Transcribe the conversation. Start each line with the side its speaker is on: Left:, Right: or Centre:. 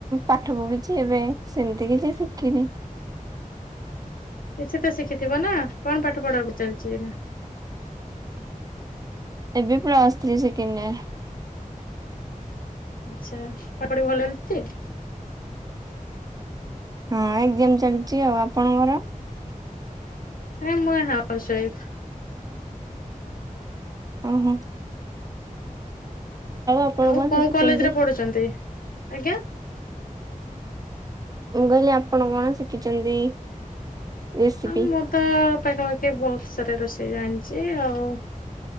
Right: ପାଠ ପଢୁଛି। ଏବେ ସେମିତି କିଛି ଶିଖିନି।
Left: କିଛି ତ ଶିଖିଥିବ ନା କଣ ପାଠ ପଢାକୁ ଚାଲିଛି ଏଇ ନା?
Right: ଏବେ ପ୍ଲସ ଥ୍ରୀ ସେକେଣ୍ଡ ଇୟର।
Left: ଆଛା ପଢ଼ା ପଢ଼ି ଭଲ ହେଉଚି ଟି?
Right: ହଁ ଏକ୍ଜାମ ଚାଲିଛି ଆଉ ଆପଣଙ୍କର?
Left: ଇ ମୁଁ ହାଉସ ୱାଇଫ।
Right: ହଁ। ଓହୋ। ଆପଣ
Left: ଆଉ
Right: କଣ
Left: କୋଉଁ
Right: ଶିଖିଛନ୍ତି?
Left: କଲେଜ ରେ ପଢୁଛନ୍ତି? ଆଜ୍ଞା
Right: ମୁଁ କହିଲି ଆପଣ କଣ ଶିଖିଛନ୍ତି? ରେସିପି?
Left: ଆଉ ମୁଁ ତ ପାଖାପାଖି ବହୁତ ସାରା ରୋଷେଇ ଜାଣିଛି ଆଉ